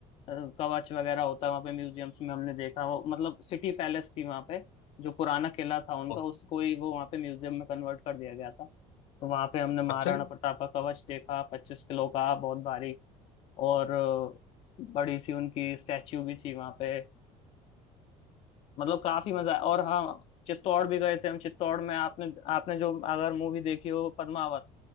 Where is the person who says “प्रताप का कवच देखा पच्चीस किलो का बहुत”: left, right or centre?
Left